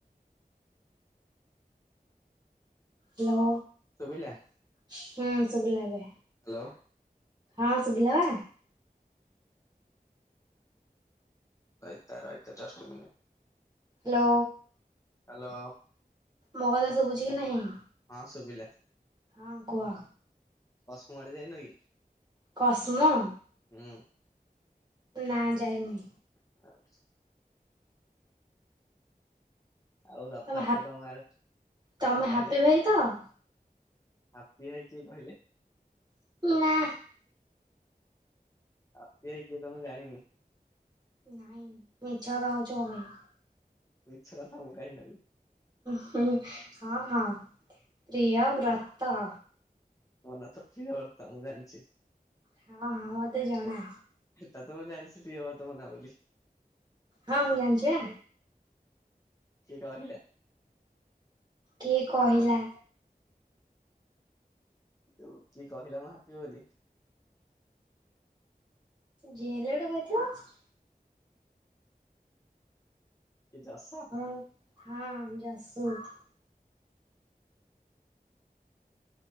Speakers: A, on the right (about 25°); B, on the left (about 20°).
A: ହାଲୋ।
B: ଶୁଭିଲା?
A: ହୁଁ, ଶୁଭିଲା ଏବେ।
B: ହାଲୋ।
A: ହଁ, ଶୁଭିଲା?
B: ରାଇତା ରାଇତା just a minute.
A: Hello.
B: Hello.
A: ମୋ କଥା ଶୁଭୁଛି କି ନାହିଁ?
B: ହଁ ଶୁଭିଲା।
A: ହଁ, କୁହ।
B: କସମୋ ଆଡେ ଯାଇନ କି?
A: କସମୋ?
B: ହୁଁ।
A: ନା ଯାଇନି।
B: <unintelligible> ଆଉ ରଥଯାତ୍ରା
A: ତମେ
B: ତମ ଗାଁରେ,
A: ତମେ
B: କଣ କହିଲେ?
A: ହାପି ଭାଇ ତ
B: ହାପି ଭାଇ କିଏ କହିଲେ?
A: ନା।
B: ହାପି ଭାଇ କିଏ ତ ମୁଁ ଜାଣିନି।
A: ନାଇଁ, ମିଛ କଥା କହୁଛ କଣ ପାଇଁ?
B: ମିଛ କଥା ମୁଁ କାଇଁ କହିବି?
A: ହଁ, ହଁ, ପ୍ରିୟବ୍ରତ।
B: ମୋ ନାଁ ତ ପ୍ରିୟବ୍ରତ ମୁଁ ଜାଣିଛି।
A: ହଁ ହଁ ମତେ ଜଣା।
B: ସେଟା ତ ମୁଁ ଜାଣିଛି ପ୍ରିୟବର୍ତ୍ତ ମୋ ନାଁ ବୋଲି।
A: ହଁ ମୁଁ ଜାଣିଛି ବା।
B: କିଏ କହିଲା।
A: କିଏ କହିଲା?
B: ତୁ କିଏ କହିଲା ମୁଁ ହାପି ବୋଲି।
A: ଯିଏ ହେଲେ ଗୋଟେ କହିଥିବ।
B: କି ଚାଷ।
A: ହଁ ହଁ <inaudible>